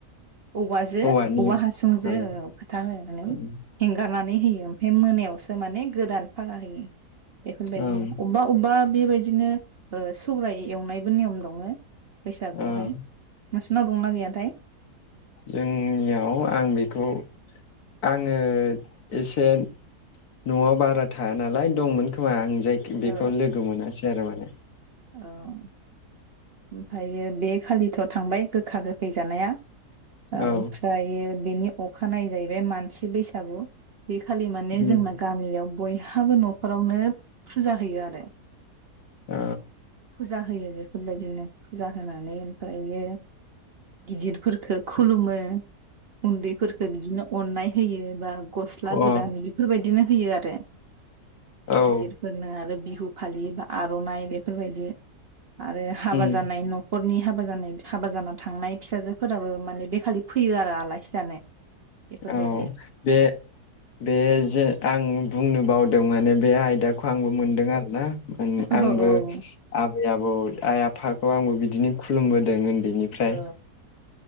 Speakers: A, on the right (about 50°); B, on the left (about 70°).
A: औवाजो
B: औवानि
A: औवा हासुंजो
B: ओं
A: ओ फोथा होनानै
B: औ
A: हेंगारनानै होयो ओमफाय मोनायावसो दा माने गोदान फागा होयो। बेफोरबायदिनो
B: ओं
A: अबबा अबबा बेबायदिनो ओ सौराय एवनायबो नियम दङ। बैसागुआवहाय
B: ओं
A: नोंसिनाव दं ना गैयाथाय?
B: जोंनियाव आं बेखौ आङो एसे न'आव बारा थाया नालाय दंमोन खोमा आं जायखि बेखौ
A: औ
B: लोगो मोनासै आरो माने।
A: औ। ओमफायो बे खालिथ' थांबाय गोखा गोखै जानाया। ओमफ्रायो
B: औ
A: बेनि अखानायै जाहैबाय मानसि बैसागु। बे खालि माने
B: उम
A: जोंना गामियाव बय हाबो न'खरावनो फुजा होयो आरो।
B: अ।
A: फुजा होयो बेफोरबायदि। बिदिनो फुजा होनानै ओमफायो गिदिरफोरखो खुलुमो। उन्दैफोरफोरखो बिदिनो अननाय होयो बा गस्ला
B: औ
A: गोदान बेफोरबायदिनो होयो आरो।
B: अ औ
A: गिदिरफोरनो आरो बिहु फालि बा आर रनाय बेफोरबायदि आरो हाबा
B: उम
A: जानाय न' न'खरनि हाबा जानाय हाबा जाना थांनाय फिसाजोफोराबो माने बे खालि फैयो आरो आलासि जानो। बेफोरबायदि
B: औ बे बे जे आं बुंनो बावदों माने। बे आयदाखौ आंबो मोनदों आरोना उम
A: औ
B: आंबो
A: औ
B: आबै-आबौ आइ आफाखौ आंबो बिदिनो खुलुमबोदों ओ बेनिफ्राय
A: औ